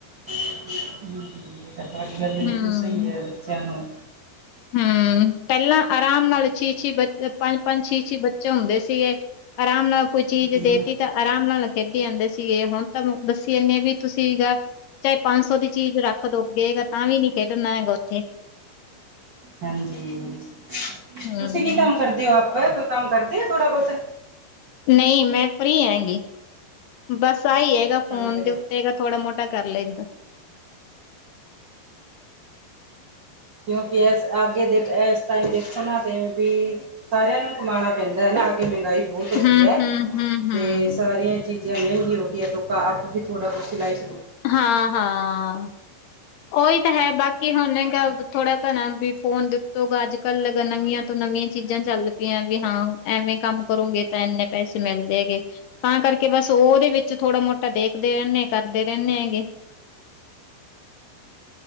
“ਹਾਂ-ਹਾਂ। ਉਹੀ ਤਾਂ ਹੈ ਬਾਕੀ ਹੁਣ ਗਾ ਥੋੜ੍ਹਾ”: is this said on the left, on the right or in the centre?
Left